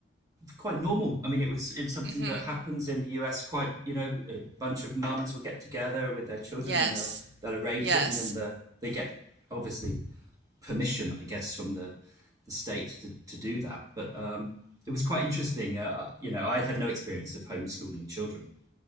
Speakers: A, on the right; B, on the right.
A: quite normal. I mean, it was it was something
B: Mm-hmm.
A: that happens in the US. Quite you know, a bunch of mums will get together with their children
B: Yes.
A: and they'll they'll arrange
B: Yes.
A: it, and then the they get obviously permission, I guess, from the the state to, to do that. But um, it was quite interesting. Uh, you know, I had no experience of homeschooling children.